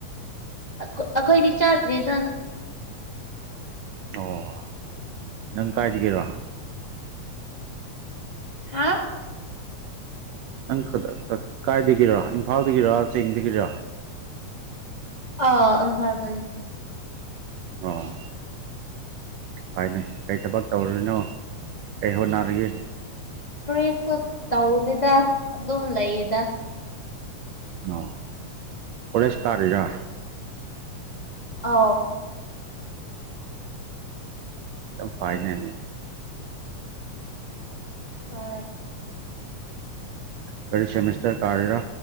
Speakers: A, on the left; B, on the right.
A: ꯑꯩꯈꯣꯏꯗꯤ ꯆꯥꯗ꯭ꯔꯤꯗ
B: ꯑꯣ ꯅꯪ ꯀꯥꯏ ꯦꯔ
A: ꯍꯥ
B: ꯅꯪ ꯀꯥꯏꯗꯒꯤꯔ ꯏꯝꯐꯥꯜꯗꯒꯤꯔ ꯆꯦꯡꯗꯒꯤꯔ
A: ꯑ ꯏꯝ ꯐꯔ ꯇ
B: ꯑꯥ ꯍꯥꯏꯅꯤ ꯀꯩ ꯊꯕꯛ ꯇꯧꯔꯨꯔꯤꯅꯣ ꯀꯩ ꯍꯣꯠꯅꯔꯤꯒꯦ
A: ꯀꯔꯤꯁꯨ ꯇꯧꯗꯦꯗ ꯑꯗꯨꯝ ꯂꯩꯌꯦꯗ
B: ꯑ ꯀꯣꯂꯦꯖ ꯇꯥꯔꯤꯔꯥ
A: ꯑ
B: ꯇꯝ ꯄꯥꯏꯅꯦꯅꯗ
A: ꯍ
B: ꯀꯔꯤ ꯁꯦꯃꯦꯁꯇꯔ ꯀꯥꯔ